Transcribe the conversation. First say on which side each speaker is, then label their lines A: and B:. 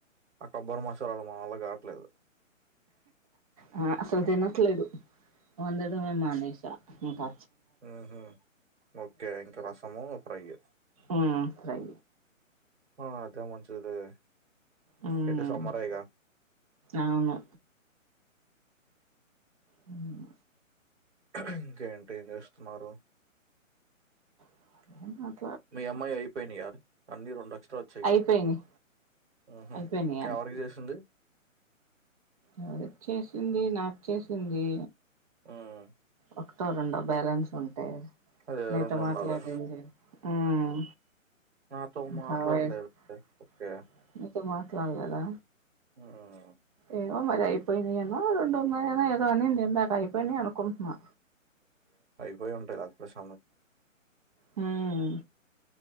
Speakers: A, on the right; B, on the right.
A: ఆ కొబ్బరి మసాలలు మా వాళ్ళ కావట్లేదు
B: ఆ అసలు తనేట్లేదు వందడమే మనేసా ఇంకా
A: హ్మ్ హు ఓకే ఇంక రసము ఫ్రయి
B: ఉమ్ ఫ్రై
A: ఆ అదే మంచిది
B: హ్మ్
A: ఇటు సమ్మరేగా
B: అవును హ్మ్
A: ఇంకేంటి ఏం చేస్తున్నారు
B: ఎ
A: మీ అమ్మాయి అయిపోయినా అన్నీ రెండు ఎక్సట్రా వచ్చాయి గా
B: అయిపోయినాయి
A: హ్మ్ హు
B: అయిపోయినాయి
A: ఎవరికి చేసింది
B: ఎవరచ్చేసింది నా వచ్చేసింది
A: ఊమ్
B: ఒకటో రెండో బ్యాలెన్స్ ఉంటే
A: అదే
B: నేతో
A: రెండు
B: మాట్లాడింది
A: ఉండాలి
B: హ్మ్
A: నాతో
B: ఇంకా
A: మాట్లాడలేదు
B: <unintelligible>
A: ఓకే
B: నీతో మాట్లాడలేదా
A: హ్మ్
B: ఏమో మరి అయిపోయినయానో రెండు ఉన్నాయి అనో అనింది ఇందాక అయిపోయినయ్ అనుకుంటునా
A: పోయి ఉంటాయి <unintelligible>
B: హ్మ్